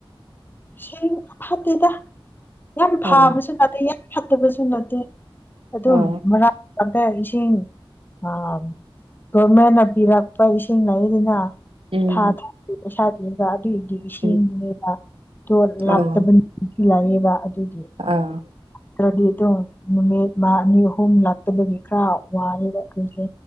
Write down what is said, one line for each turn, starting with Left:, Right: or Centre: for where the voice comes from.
Left: ꯁ ꯌꯥꯝ ꯐꯠꯇꯦꯗ ꯌꯥꯝ ꯐꯥꯕꯁꯨ
Right: ꯑꯣ
Left: ꯅꯠꯇꯦ ꯌꯥꯝ ꯐꯠꯇꯕꯁꯨ ꯅꯠꯇꯦ ꯑꯗꯨꯝ
Right: ꯑꯥ
Left: ꯃꯔꯥꯡ ꯀꯇ ꯏꯁꯤꯡ ꯑ ꯒꯣꯔꯃꯦꯟꯅ ꯄꯤꯔꯛꯄ ꯏꯁꯤꯡ ꯂꯩꯥꯏꯗꯨꯅ
Right: ꯎꯝ
Left: ꯊꯥ ꯊꯥ ꯁꯥꯗ꯭ꯔꯤꯗ ꯑꯗꯨꯏꯗꯤ ꯏꯁꯤꯡꯗꯨꯅꯦꯕ
Right: ꯎꯝ
Left: ꯣ ꯂꯥꯛꯇꯕꯅꯤ
Right: ꯑꯣ
Left: ꯂꯥꯛꯌꯦꯦꯕ ꯑꯗꯨꯒꯤ
Right: ꯑꯥ
Left: ꯈ꯭ꯔꯗꯤ ꯑꯗꯨꯝ ꯅꯨꯃꯤꯠ ꯃ ꯑꯅꯤ ꯑꯍꯨꯝ ꯂꯥꯛꯇꯕꯒꯤ ꯈꯔ ꯋꯥꯔꯦꯕ ꯑꯩꯈꯣꯏꯁꯦ